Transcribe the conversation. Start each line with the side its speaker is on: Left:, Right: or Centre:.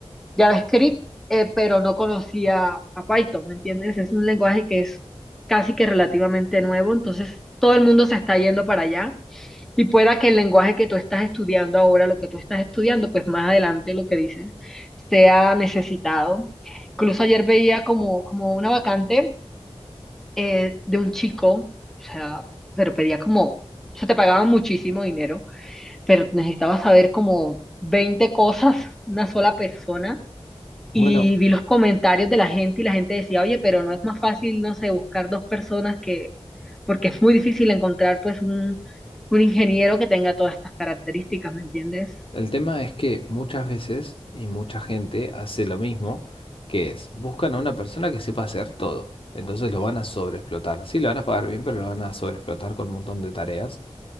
Centre: JavaScript, eh, pero no conocía a Python, ¿me entiendes? Es un lenguaje que es casi que relativamente nuevo, entonces todo el mundo se está yendo para allá y pueda que el lenguaje que tú estás estudiando ahora, lo que tú estás estudiando, pues más adelante lo que dices, sea necesitado. Incluso ayer veía como, como una vacante eh, de un chico, o sea, pero pedía como, o sea, te pagaban muchísimo dinero, pero necesitaba saber como 20 cosas, una sola persona, y
Left: Bueno.
Centre: vi los comentarios de la gente y la gente decía, oye, pero no es más fácil, no sé, buscar dos personas que, porque es muy difícil encontrar pues un, un ingeniero que tenga todas estas características, ¿me entiendes?
Left: El tema es que muchas veces y mucha gente hace lo mismo, que es, buscan a una persona que sepa hacer todo. Entonces lo van a sobreexplotar. Sí, lo van a pagar bien, pero lo van a sobreexplotar con un montón de tareas.